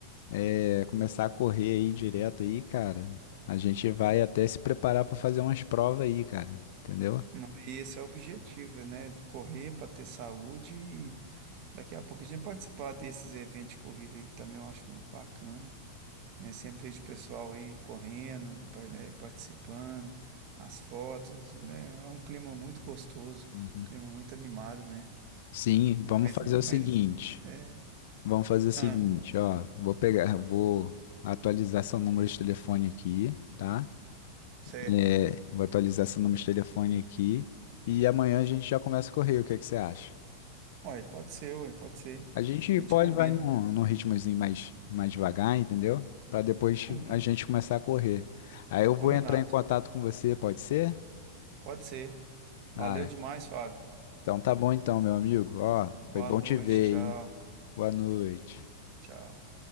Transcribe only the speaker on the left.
eh, começar a correr aí direto aí, cara, a gente vai até se preparar para fazer umas provas aí, cara, entendeu?
Uhum.
Sim, vamos
fazer
o seguinte.
Vamos fazer o seguinte,
ó. Vou pegar, vou atualizar seu número de telefone aqui, tá?
É, vou atualizar seu número de telefone aqui e amanhã a gente já começa a correr. O que é que você acha?
A gente
pode
vai num, num ritmozinho mais, mais devagar, entendeu? Pra depois
a gente começar a correr. Aí eu
vou entrar em contato com você, pode ser?
Ah,
então tá bom então, meu amigo. Ó,
foi bom
te ver,
hein? Boa noite.